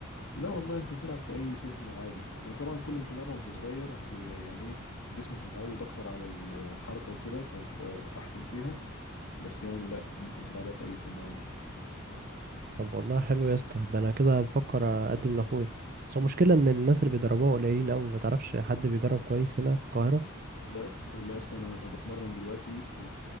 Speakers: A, on the left (about 85°); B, on the right (about 40°).
A: لا والله انت تلعب في اي سن عادي انا طبعا كل ما تلعبها وانت صغير هت يعني ايه جسمك هيتعود اكتر على الحركه وكده فهتبقى احسن فيها بس يعني لا ممكن تلعبها في اي سن عادي
B: طب والله حلو يا اسطى ده انا كده بفكر اقدم لاخويا بس هو المشكله ان الناس اللي بيدربوها قليلين قوي ما تعرفش حد بيدرب كويس هنا في القاهره
A: والله والله يا اسطى انا بتمرن دلوقتي في